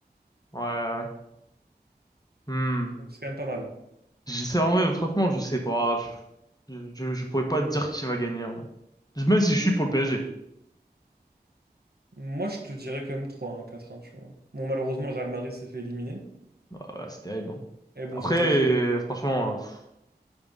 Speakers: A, on the left (about 20°); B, on the right (about 65°).
A: ouais. ouais. Hmm.
B: Donc, C'est quand même pas mal.
A: Je sais, en vrai, franchement, je sais pas. Je, je, je pourrais pas te dire qui va gagner, ouais. Même si
B: Hmm,
A: je suis pour le PSG.
B: Moi, je te dirais quand même trois un quatre un tu vois. Bon, malheureusement, le Real Madrid s'est fait éliminer.
A: Ah, ouais, c'est terrible, hein.
B: Et bon,
A: Après,
B: faute
A: euh,
B: à qui?
A: franchement, euh, pff,